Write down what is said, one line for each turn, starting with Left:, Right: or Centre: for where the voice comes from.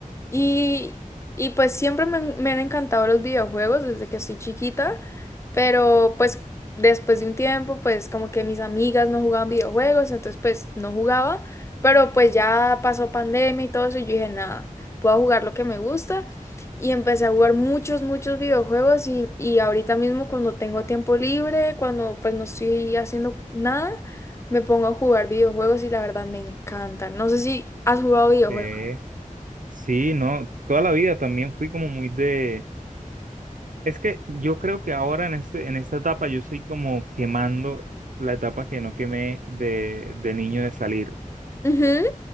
Left: Y, y pues siempre me, han me han encantado los videojuegos desde que soy chiquita, pero pues después de un tiempo, pues como que mis amigas no jugaban videojuegos, entonces pues no jugaba, pero pues ya pasó pandemia y todo eso y yo dije, nada, puedo jugar lo que me gusta y empecé a jugar muchos, muchos videojuegos y, y ahorita mismo cuando tengo tiempo libre, cuando pues no estoy haciendo nada, me pongo a jugar videojuegos y la verdad me encantan. No sé si has jugado videojuegos.
Right: De... Sí, no, toda la vida también fui como muy de Es que yo creo que ahora en este, en esta etapa yo estoy como quemando la etapa que no quemé de, de niño de salir.
Left: Ujú,